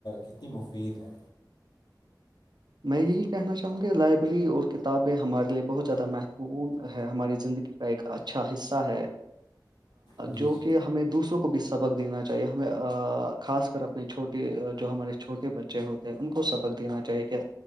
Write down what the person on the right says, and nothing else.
میں یہی کہنا چاہوں گی لائبریری اور کتابیں ہمارے لیے بہت زیادہ مہتوپورن ہے ہماری زندگی ایک اچھا حصہ ہے
جو
کہ ہمیں دوسروں بھی سبق دینا چاہیے ہمیں خاص کر اپنے چھوٹے جو ہمارے چھوٹے بچے ے ہوتے ہیں ان کو سبق دینا چاہیے کہ